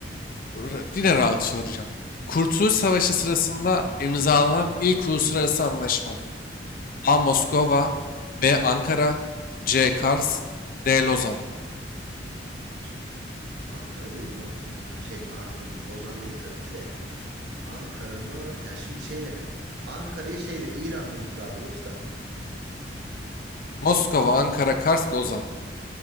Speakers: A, on the left; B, on the right.
A: ra- yine rahat soracağım. Kurtuluş Savaşı sırasında imzalanan ilk uluslararası anlaşma. A. Moskova B. Ankara C. Kars D. Lozan
B: Şimdi Ankara değil, Mo, ıı, şey Ankara değil, Lozan değil tabii ki de. Ankara mı? Ya şimdi şeyle mi? Ankara'yı şeyle İran'la imzalıyoruz da.
A: Moskova, Ankara, Kars, Lozan.